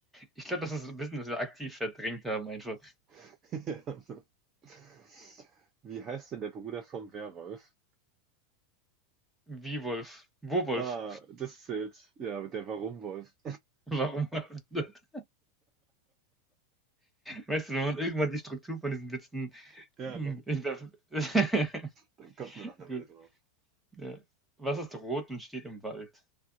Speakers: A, in the centre; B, on the right.
A: Ich glaube, das ist ein bisschen, dass wir aktiv verdrängt haben, einfach.
B: <laughs> Ja. Wie heißt denn der Bruder vom Werwolf?
A: Wie Wolf? Wo Wolf?
B: Ah, das zählt. Ja, aber der Warumwolf.
A: <laughs> Warum? <laughs> Weißt du, wenn man irgendwann die Struktur von diesen Witzen
B: Ja,
A: hm,
B: ne?
A: hinterf- <laughs>
B: Dann kommt man nach einer
A: Gut,
B: Weile drauf.
A: ja. Was ist rot und steht im Wald?